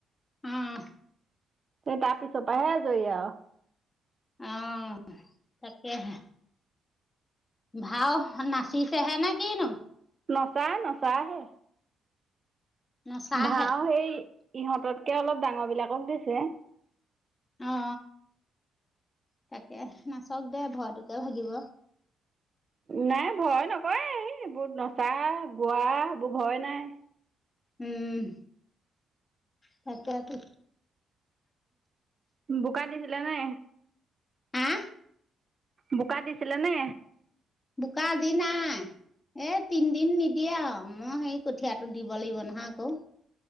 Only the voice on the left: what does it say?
অ।
অ তাকেহে। ভাও নাচিছেহে নে কিনো?
নচাহে
অ তাকেহ, নাচক দে ভয়টোকে ভাগিব।
উম তাকেটো।
আহ
বোকা আজি নাই। এ তিনদিন নিদিয়ে আৰু, মই সেই কঠীয়াটো দিব লাগিব নহয় আকৌ।